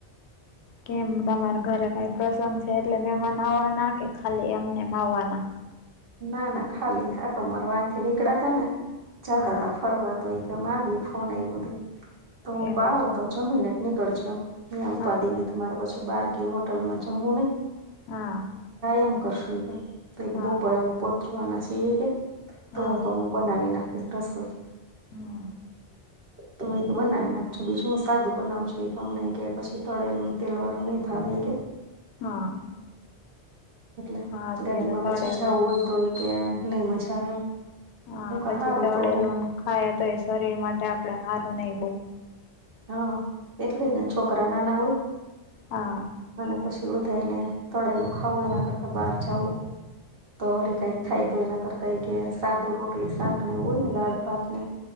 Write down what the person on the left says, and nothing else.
કેમ તમારા ઘરે કઈ પ્રસંગ છે એટલે મેમાન આવવાના કે ખાલી એમને એમ આવવાના
હા
એવું
છે
હા
હા
હા
હા
હા
હા
હા અત્યારે
તળેલું
હા
પછી તળેલું
ખાય તો એ શરીર માટે આપણે હારું નહી
હમ
હા
હા